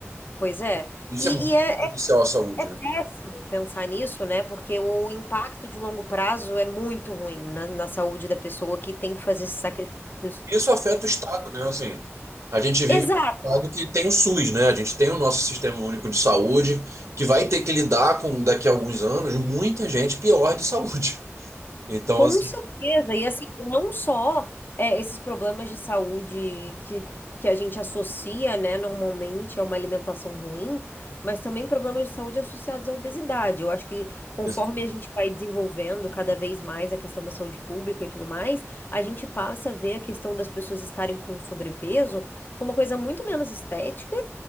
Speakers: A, on the left (about 45°); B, on the right (about 80°).
A: Pois é.
B: Isso
A: E,
B: é muito
A: e é,
B: prejudicial
A: é-
B: à saúde.
A: é péssimo
B: né?
A: pensar nisso, né? Porque o impacto de longo prazo é muito ruim na, na saúde da pessoa que tem que fazer esses sacrifícios.
B: Isso afeta o Estado, né? Assim, a gente vive
A: Exato.
B: num estado que tem o SUS, né? A gente tem o nosso sistema único de saúde, que vai ter que lidar com, daqui a alguns anos, muita gente pior de saúde. Então,
A: Com
B: assim.
A: certeza. E assim, não só é, esses problemas de saúde que, que a gente associa, né, normalmente a uma alimentação ruim, mas também problemas de saúde associados à obesidade. Eu acho que conforme
B: ex-
A: a gente vai desenvolvendo cada vez mais a questão da saúde pública e tudo mais, a gente passa a ver a questão das pessoas estarem com sobrepeso como uma coisa muito menos estética